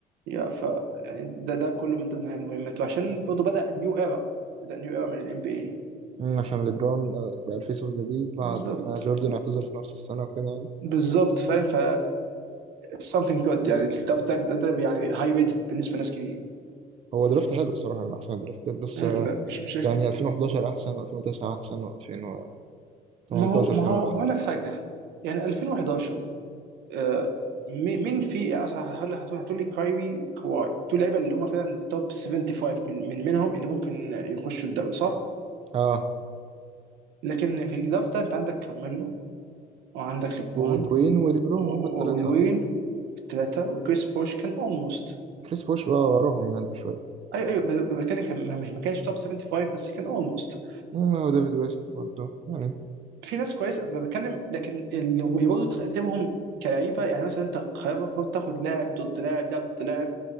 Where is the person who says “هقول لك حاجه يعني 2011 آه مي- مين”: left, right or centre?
Right